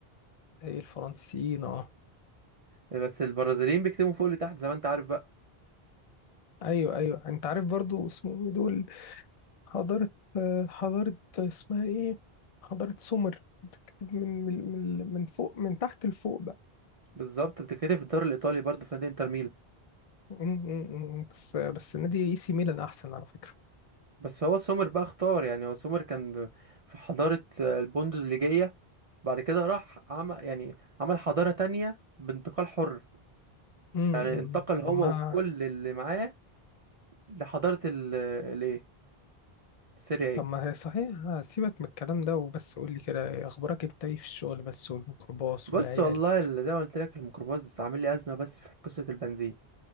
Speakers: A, on the left; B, on the right.
A: زي الفرنسيين اه
B: بس البرازيليين بيكتبوا فوق لتحت زي ما انت عارف بقى
A: ايوه ايوه انت عارف برضو اسمهم ايه دول حضارة آه، حضارة اسمها ايه حضارة سومر بتكتب من من من من فوق من تحت لفوق بقى
B: بالظبط بتتكتب في الدوري الايطالي برضه في نادي انتر ميلان
A: م- م- م. بس بس نادي اي سي ميلان احسن على فكرة
B: بس هو سومر بقى اختار يعني هو سومر كان في حضارة آه، البوندوزليجية بعد كده راح عمل يعني عمل حضارة تانية بانتقال حر
A: م-
B: يعني انتقل
A: م.
B: هو
A: طب ما
B: وكل اللي معاه لحضارة ال الايه السريعية
A: طب ما هي صحيح سيبك من الكلام ده وبس قول لي كده إيه اخبارك انت ايه في الشغل بس والميكروباص
B: بص
A: والعيال
B: والله ال- زي ما قلت لك الميكروباص عامل لي أزمة بس في قصة البنزين